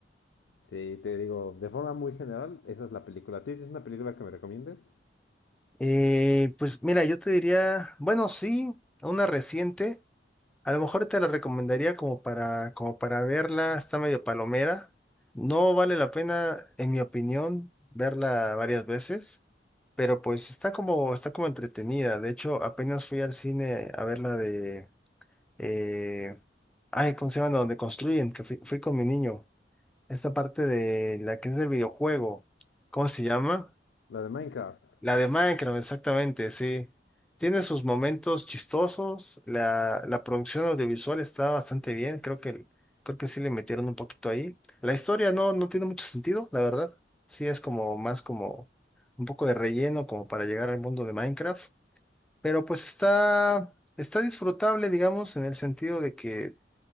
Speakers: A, on the left; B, in the centre.
A: Sí, te digo, de forma muy general, esa es la película. ¿Tú tienes una película que me recomiendes?
B: Eh, pues mira, yo te diría, bueno, sí, una reciente. A lo mejor te la recomendaría como para, como para verla, está medio palomera. No vale la pena, en mi opinión, verla varias veces, pero pues está como, está como entretenida. De hecho, apenas fui al cine a ver la de, eh, ay, ¿cómo se llama? Donde construyen, que fui, fui con mi niño. Esta parte de la que es del videojuego, ¿cómo se llama?
A: La de Minecraft.
B: La de Minecraft, exactamente, sí. Tiene sus momentos chistosos. La, la producción audiovisual está bastante bien. Creo que, creo que sí le metieron un poquito ahí. La historia no, no tiene mucho sentido, la verdad. Sí es como más como un poco de relleno como para llegar al mundo de Minecraft. Pero pues está, está disfrutable, digamos, en el sentido de que